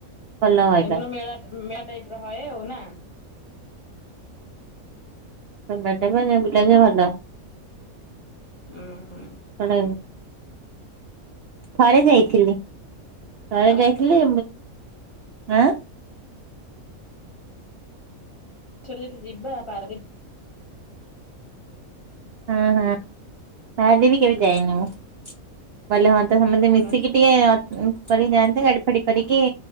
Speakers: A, on the right (about 65°); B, on the left (about 25°).
A: ଭଲ ହଇବା
B: ଏମାନେ ମେଳା ମେଳା ଟାଇପ୍ ର ହଏ ଆଉ ନା?
A: ତମେ ବୁଲ ଯେ ଭଲ <unintelligible>
B: ଉଁ ହୁଁ।
A: ପ <inaudible> ଥରେ ଯାଇଥିଲି ଥରେ
B: ଆମେ
A: ଯାଇଥିଲି। ଆଁ
B: ଟ ଯଦ ଯିବା ପାର <unintelligible>
A: ହଁ ହଁ ପାରାଦୀପ ବି କେବେ ଯାଇନି ମୁଁ ଗଲେ ହ
B: ପାରାଦୀପ
A: ସମସ୍ତେ ମିଶିକି ଟିକେ କରିକି ଯାଆନ୍ତେ ଗାଡି ଫାଡି କରିକି